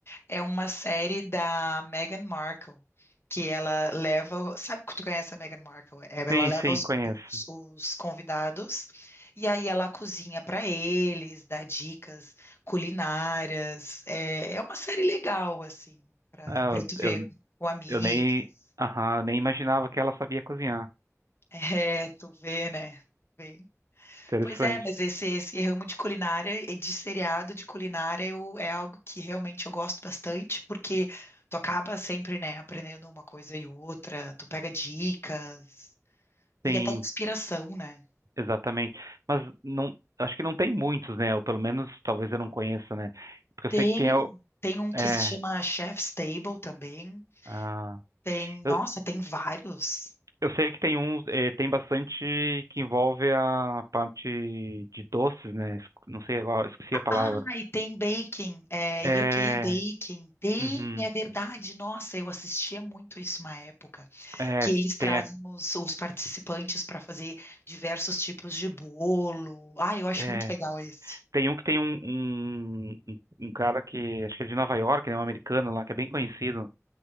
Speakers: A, on the left (about 45°); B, on the right (about 85°).
A: É uma série da Meghan Markle, que ela leva. Sabe que tu conhece a Meghan Markle? É, Ela
B: sim,
A: leva
B: sim,
A: os,
B: conheço.
A: os- os convidados e aí ela cozinha para eles, dá dicas culinárias. É, é uma série legal, assim, para
B: Ah,
A: tu
B: Eu,
A: ver
B: eu,
A: com amigos.
B: eu nem,
A: <laughs>
B: aham, nem imaginava que ela sabia cozinhar.
A: É, tu vê, né? Vê.
B: Interessante.
A: Pois é, mas esse, esse ramo de culinária e de seriado de culinária eu, é algo que realmente eu gosto bastante, porque tu acaba sempre, né, aprendendo uma coisa e outra, tu pega dicas e
B: Sim,
A: até inspiração, né?
B: exatamente. Mas não, acho que não tem muitos, né? Ou pelo menos talvez eu não conheça, né? Porque eu
A: Tem,
B: sei que tem. al-
A: tem um que
B: É,
A: se chama Chef's Table também,
B: ah,
A: tem,
B: eu,
A: nossa, tem vários.
B: eu sei que tem uns. é, tem bastante que envolve a parte de doces, né? Es- Não sei agora, esqueci a palavra.
A: Ah, e tem baking, é,
B: É.
A: UK baking, tem,
B: uhum,
A: é verdade, nossa, eu assistia muito isso uma época.
B: é,
A: que eles trazem
B: tem, a-
A: os, os participantes para fazer diversos tipos de bolo. Ah, eu acho
B: é,
A: muito legal esse.
B: tem um que tem um, um, um um cara que. Acho que é de Nova York, né? Um americano lá, que é bem conhecido.